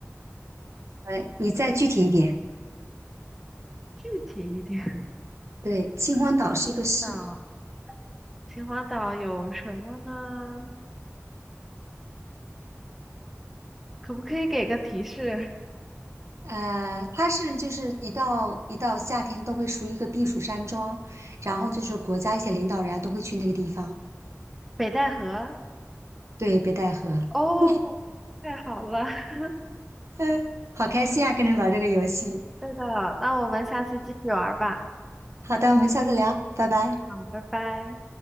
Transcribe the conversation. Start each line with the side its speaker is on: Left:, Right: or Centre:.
Right: 呃，你再具体一点。
Centre: 具体一点。
Right: 对，秦皇岛是一个市，
Centre: <laughs> 岛。秦皇岛有什么呢？可不可以给个提示？
Right: 呃，它是就是一到一到夏天都会属于一个避暑山庄，然后就是国家一些领导人啊都会去那个地方。
Centre: 北戴河。
Right: 对，北戴河。<laughs>
Centre: 哦，太好了，<laughs>
Right: 嗯，好开心啊，跟你玩这个游戏。
Centre: 对的，那我们下次继续玩吧。
Right: 好的，我们下次聊，拜拜。
Centre: 好，拜拜。